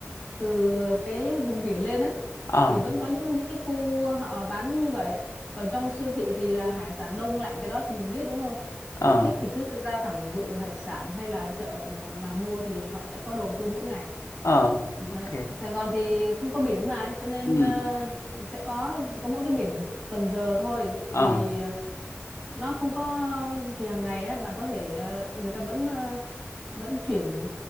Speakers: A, in the centre; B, on the left (about 80°).
A: từ cái vùng biển lên ấy
B: ờ
A: thì vẫn có những những cái khu họ bán như vậy còn trong siêu thị thì là hải sản đông lạnh cái đó thì mình biết đúng không
B: ờ
A: thích thì cứ ra thẳng vựa hải sản hay là chợ để mà mà mua thì họ sẽ có đồ tươi mỗi ngày
B: ờ, ok
A: Ờ, Sài Gòn thì không có biển mà cho nên
B: ừ
A: ờ, sẽ có có mỗi cái biển Cần Giờ thôi
B: ờ
A: thì nó không có thì hàng ngày á bạn có thể ờ, người ta vẫn ờ, vẫn chuyển